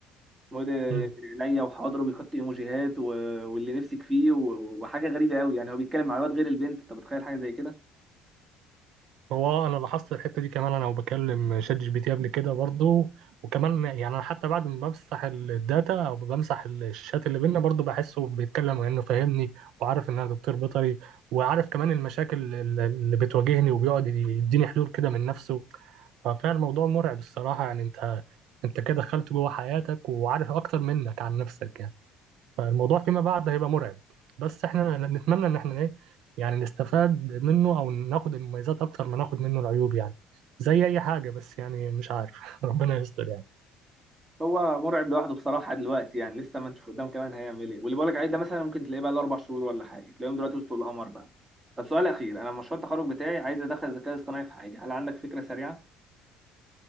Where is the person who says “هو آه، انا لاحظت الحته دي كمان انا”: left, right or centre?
Right